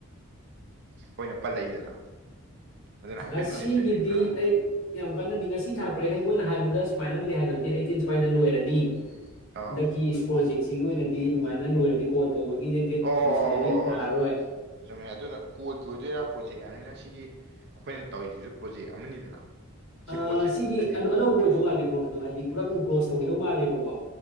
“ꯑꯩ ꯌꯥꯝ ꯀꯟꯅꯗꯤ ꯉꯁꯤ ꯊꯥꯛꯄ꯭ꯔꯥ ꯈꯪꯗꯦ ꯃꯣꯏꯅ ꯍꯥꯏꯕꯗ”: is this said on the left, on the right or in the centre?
Left